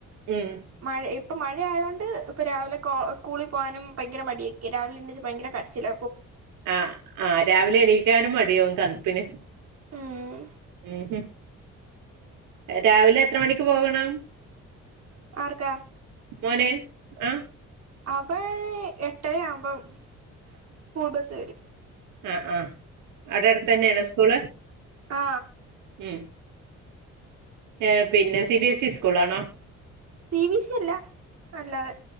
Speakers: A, on the right; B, on the right.
A: ഉം
B: മഴ ഇ ഇപ്പം മഴയായോണ്ട് ഇപ്പ രാവിലെ കോ സ്കൂളിൽ പോകാനും ഭയങ്കര മടിയൊക്കെ രാവിലെ എണീച്ചു ഭയങ്കര കരച്ചില
A: ആ ആ രാവിലെ എണീക്കാനും മടിയാവും തണുപ്പിന്
B: ഉം
A: ഉം രാവിലെ എത്ര മണിക്ക് പോകണം
B: ആർക്ക
A: മോന് ആ
B: അവൾ എട്ടരയാവുമ്പോം സ്കൂൾ ബസ് വരും
A: ആ ആ അവിടെ അടുത്ത് തന്നെയാണ് സ്കൂള്
B: ആ
A: ഉം ഏ പിന്നെ സി ബി എസ് ഇ സ്കൂളാണോ
B: ടി വി സി അല്ല അല്ലാതെ